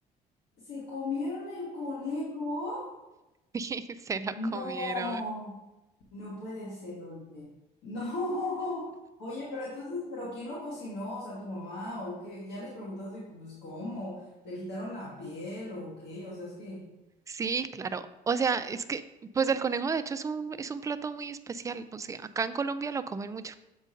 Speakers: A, on the left; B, on the right.
A: ¿Se comieron el conejo?
B: <laughs> y se lo
A: No.
B: comieron.
A: No puede ser, oye. No. Oye, pero entonces, ¿pero quién lo cocinó? O sea, tu mamá o qué? Ya les preguntaste, pues, ¿cómo? ¿Le quitaron la piel o qué? O sea, es que...
B: Sí, claro. O sea, es que, pues el conejo de hecho es un, es un plato muy especial. O sea, acá en Colombia lo comen mucho.